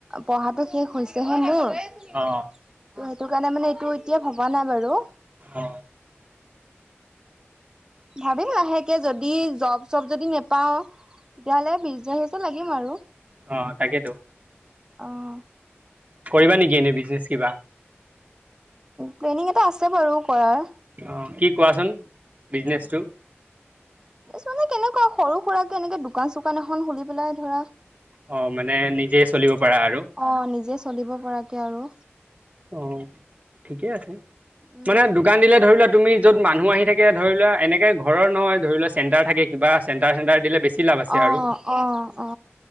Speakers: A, on the right (about 15°); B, on the right (about 35°).
A: পঢ়াতটো শেষ হৈছে হে মোৰ। সেইটো
B: অ
A: কাৰণে মানে এইটো এতিয়া ভবা নাই বাৰু
B: অ
A: ভাবি লাহেকে যদি জব চব যদি নে পাও তেতিয়াাহলে বিছ আহিছে লাগিম আৰু
B: অ তাকেতো
A: অহ
B: কৰিবা নেকি এনেই বিজনেচ কিবা
A: প্লেনিং এটা আছে বাৰু কৰাৰ।
B: অ কি কোৱাচোন বিজনেছটো
A: মানে কেনেকুৱা সৰু সুৰাকে এনেকে দোকান চোকান এখন খুলি পেলাই ধৰা।
B: অ মানে নিজে চলিব পাৰা আৰু
A: অ নিজে চলিব পৰাকে আৰু।
B: অ' ঠিকে আছে
A: উম
B: মানে দোকান দিলে ধৰি লোৱা। তুমি য'ত মানুহ আহি থাকে ধৰি লোৱা এনেকে ঘৰৰ নহয় ধৰি লোৱা চেণ্টাৰ থাকে কিবা চেণ্টাৰ চেণ্টাৰ দিলে বেছি। কি লাভ আছে
A: অ
B: আৰু
A: অ অ